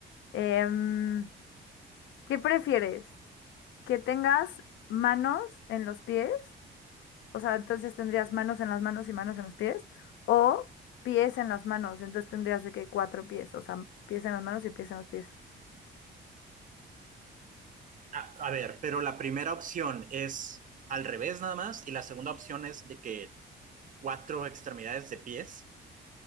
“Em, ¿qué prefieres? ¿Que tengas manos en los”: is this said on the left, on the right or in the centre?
Left